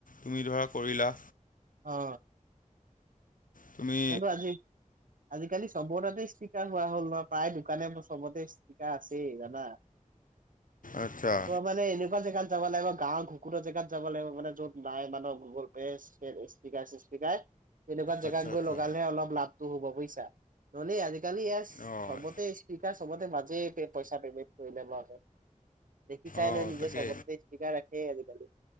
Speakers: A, on the left; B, on the right.
A: তুমি ধৰা কৰিলা
B: অ
A: তুমি
B: কিন্তু আজি আজিকালি চবতে তাতে ষ্টিকাৰ হোৱা হ'ল নহ প্ৰায় দোকানে চবতে ষ্টিকাৰ আছেই জানা
A: আচ্ছা
B: অ মানে এনেকুৱা জেগাত যাব লাগিব গাঁৱৰ ঘুকুতৰ জেগাত যাব লাগিব মানে য'ত নাই মানুহৰ গুগল পে' স্পিকাৰ চিচস্পিকাৰ তেনেকুৱা জেগাত
A: আচ্ছা
B: গৈ
A: আচ্ছা
B: লগালহে অলপ লাভটো হব বুইছা নহ'লে আজি। কালি
A: অঁ
B: চবতে স্পিকাৰ চবতে মাজে পইচা পেমেন্ট কৰিলে। দেখি চাই
A: অঁ
B: নহয় নিজে
A: তাকে
B: চবতে স্পিকাৰ থাকেই আজিকালি।